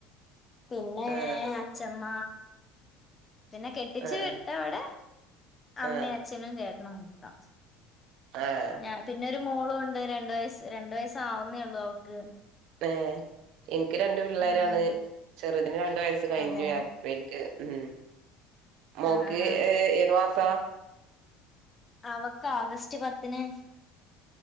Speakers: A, on the left; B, on the right.
A: പിന്നെ
B: ആഹ്
A: അച്ഛമ്മ പിന്നെ കെട്ടിച്ചു
B: ആഹ്
A: വിട്ടവിടെ അമ്മയും
B: ആഹ്
A: അച്ഛനും ചേട്ടണം മത്ര
B: ആഹ്
A: ഞാൻ പിന്നെ ഒരു മോളുംണ്ട് രണ്ട് വയസ്സ് രണ്ടു വയസ്സാവുന്നേള്ളൂ അവക്ക്
B: ഏ ഇൻക്ക് രണ്ട് പിള്ളേരാണ്
A: ആഹ്
B: ചെറുതിന് രണ്ടു വയസ്സ് കഴിഞ്ഞു
A: അതെ
B: പ്രിക്ക് ഉം മോക്ക്
A: ആ ആ
B: ഏ ഏത് മാസ
A: അവക്ക് ആഗസ്റ്റ് പത്തിന്